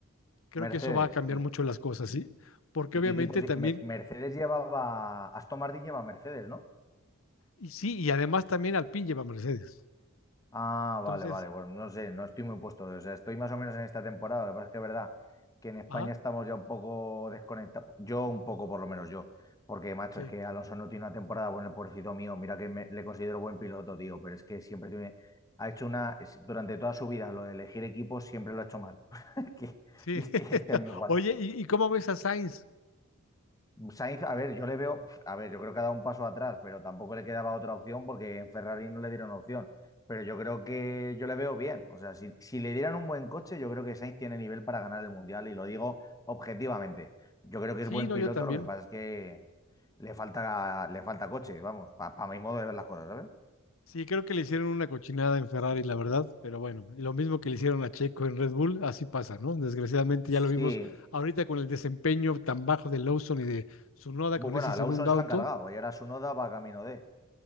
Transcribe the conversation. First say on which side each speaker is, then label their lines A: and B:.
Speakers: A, on the left; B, on the left.
A: Creo
B: Mercedes.
A: que eso va a cambiar
B: ¿Y,
A: mucho las cosas, ¿sí? Porque
B: y
A: obviamente
B: qué equipos? lle-
A: también,
B: Me- Mercedes llevaba, Aston Martin lleva Mercedes, ¿no?
A: y sí, y además también Alpine lleva Mercedes.
B: Ah, vale,
A: Entonces,
B: vale. Bueno, no sé, no estoy muy puesto. O sea, estoy más o menos en esta temporada. Lo que pasa es que es verdad que en España
A: ah,
B: estamos ya un poco desconectados. Yo un poco, por lo menos yo. Porque, macho,
A: sí,
B: es que Alonso no tiene una temporada buena, el pobrecito mío. Mira que me- le considero buen piloto, tío. Pero es que siempre tiene... Ha hecho una... es- Durante toda su vida, lo de elegir equipos siempre lo ha hecho mal. <laughs> Que-
A: sí.
B: Y este,
A: <laughs>
B: este año igual.
A: Oye, ¿y, y cómo ves a Sainz?
B: Sainz, a ver, yo le veo, a ver, yo creo que ha dado un paso atrás, pero tampoco le quedaba otra opción porque en Ferrari no le dieron opción. Pero yo creo que yo le veo bien. O sea, si, si le dieran un buen coche, yo creo que Sainz tiene nivel para ganar el Mundial y lo digo objetivamente. Yo creo que
A: Sí,
B: es buen
A: no,
B: piloto,
A: yo también.
B: lo que pasa es que le falta, le falta coche, vamos, para mi modo de ver las cosas, ¿sabes?
A: Sí, creo que le hicieron una cochinada en Ferrari, la verdad, pero bueno, y lo mismo que le hicieron a Checo en Red Bull, así pasa, ¿no? Desgraciadamente
B: Sí,
A: ya lo vimos ahorita con el desempeño tan bajo de Lawson y de Tsunoda
B: bueno,
A: con ese
B: a
A: segundo
B: Lawson se
A: auto.
B: la han cargado y ahora su noda va camino de.